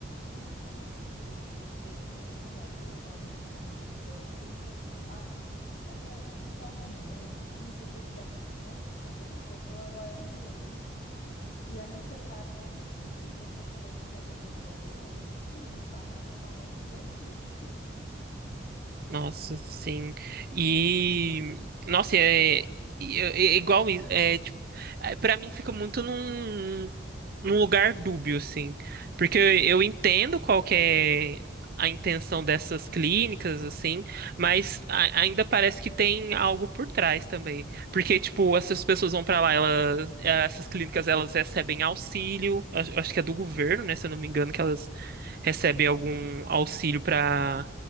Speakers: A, on the left (about 55°); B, on the right (about 55°).
A: E isso é muito triste, porque por muitas das vezes algumas dessas clínicas falam, ah, isso aí é vício ao demônio, não sei o que que tem. Gente, mas não, a pessoa ela é doente e é necessário que essas clínicas reconheçam que essa pessoa é doente e faça tratamento específico.
B: Nossa, sim. E nossa, é, é- é igual isso. É, tipo, é, para mim fica muito num, num lugar dúbio, assim. Porque eu entendo qual que é a intenção dessas clínicas, assim, mas a- ainda parece que tem algo por trás também. Porque, tipo, essas pessoas vão pra lá, elas, eh, essas clínicas, elas recebem auxílio, acho acho que é do governo, né, se eu não me engano, que elas recebem algum auxílio para